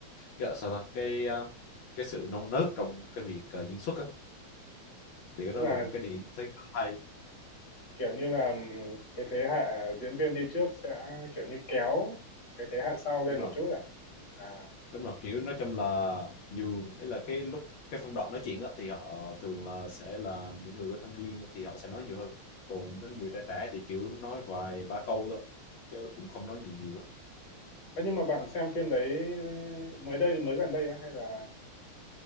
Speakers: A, on the left; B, on the left.
A: cái ờ, sao ta cái ờ, cái sự non nớt trong cái việc ờ, diễn xuất á thì cái
B: tức
A: đó
B: là
A: là một cái điểm tôi thấy khá hay
B: kiểu như là ừm, cái thế hệ diễn viên đi trước sẽ kiểu như kéo cái thế hệ sau lên
A: đúng rồi
B: một chút à à
A: đúng rồi kiểu nói chung là nhiều ấy là cái lúc cái phân đoạn nói chuyện á thì họ thường là sẽ là những người có thâm niên thì họ sẽ nói nhiều hơn còn mấy người trẻ trẻ thì kiểu nói vài ba câu thôi chứ cũng không nói nhiều nhiều lắm
B: Ơ, nhưng mà bạn xem phim đấy mới đây mới gần đây á hay là